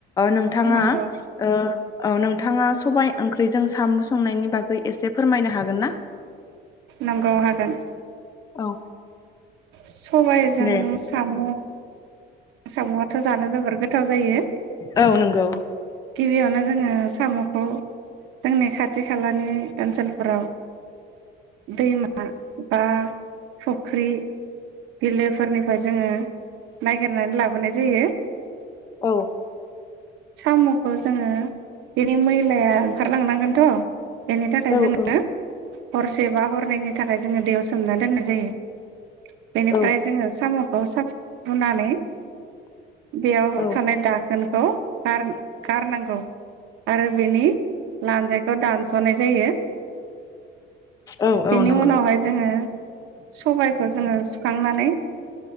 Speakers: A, on the left; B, on the right.
A: नोंथाङा
B: नंगौ
A: ओ औ नोंथाङा सबाइ ओंख्रिजों साम' संनायनि बागै एसे फोरमायनो हागोन ना?
B: नंगौ हागोन।
A: औ।
B: सबायजों
A: दे
B: साम' साम'आथ' जानो जोबोर गो थाव जायो।
A: औ नंगौ।
B: गिबियावनो जोङो साम'खौ जोंनि खाथि खालानि ओनसोलफोराव दैमा बा फुख्रि बिलोफोरनिफ्राय जोङो नागिरनानै लाबोनाय जायो।
A: औ
B: सामु खौ जोङो बेनि मैलाया ओंखारलांनांगोनथ' बेनि थाखाय
A: औ
B: जोङो
A: औ
B: हरसे बा हरनैनि थाखाय जोङो दैयाव सोमना दोननाय जायो। बेनिफ्राय
A: औ
B: जोङो साम' खौ साफा हुनानै बेयाव
A: औ।
B: थानाय दाखोन खौ गार गारनांगौ आरो बेनि लानजायखौ दानस'नाय जायो।
A: औ औ
B: बेनि
A: नंगौ
B: उनावहाय जोङो सबायखौ जोङो सुखांनानै